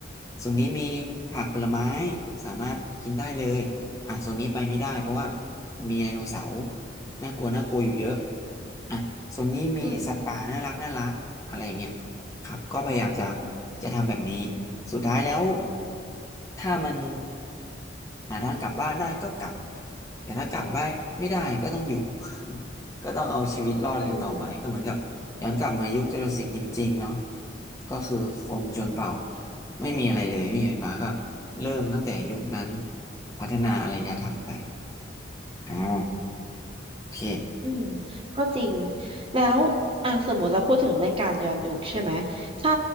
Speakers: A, on the left (about 20°); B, on the right (about 30°).
A: โซนนี้มีผักผลไม้สามารถกินได้เลยอ่ะโซนนี้ไปไม่ได้เพราะว่ามีไดโนเสาร์น่ากลัวน่ากลัวอยู่เยอะอ่ะโซนนี้มีสัตว์ป่าน่ารักน่ารักอะไรอย่างเงี้ย
B: อืม
A: ครับก็พยายามจะจะทำแบบนี้สุดท้ายแล้วถ้ามันหาทางกลับบ้านได้ก็กลับแต่ถ้ากลับบ้านไม่ได้ก็ต้องอยู่ <laughs> ก็ต้องเอาชีวิตรอดกันต่อไปก็เหมือนกับย้อนกลับมายุคจูราสสิกจริงๆเนาะ
B: อืม
A: ก็คือคนชนเผ่าไม่มีอะไรเลยไม่มีไฟฟ้าก็เริ่มตั้งแต่ยุคนั้นพัฒนาอารยธรรมไปอ่าโอเค
B: อืมก็จริงแล้วอ่ะสมมติเราพูดถึงเรื่องการย้อนยุคใช่ไหมถ้า